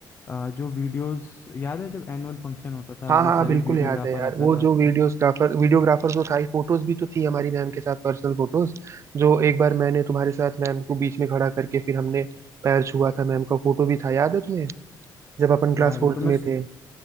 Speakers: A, on the left; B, on the right.
A: अ, जो वीडियोस याद है जब एनुअल फंक्शन होता था
B: हाँ
A: वो
B: हाँ
A: सारी
B: बिल्कुल
A: वीडियोग्राफर
B: याद है यार
A: आता
B: वो
A: था
B: जो वीडियोग्राफर वीडियोग्राफर तो था ही फोटोज भी तो थी हमारी मैम के साथ पर्सनल फोटोज जो एक बार मैंने तुम्हारे साथ मैम को बीच में खड़ा करके फिर हमने पैर छुआ था मैम का फोटो भी था याद है तुम्हें जब अपन क्लास
A: याद
B: फोर्थ
A: है तो मैं
B: में थे